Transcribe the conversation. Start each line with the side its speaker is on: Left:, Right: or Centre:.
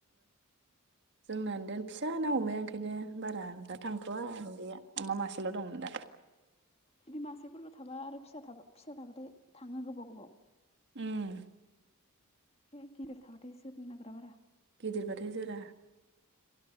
Right: जोंनानोदेन फिसा ना अमाया ओंखायनो बारा दा थांथ'वा गुन्दैया अमा मासेल' दं दा
Left: बिदि मासेफोरल' थाबा आरो फिसा- फिसा थाबाथाय थाङो गोबाव गोबाव
Right: ओम
Left: है गिदिर थाबाथाय जोरनो नागिरा बारा
Right: गिदिरबाथाय जोरा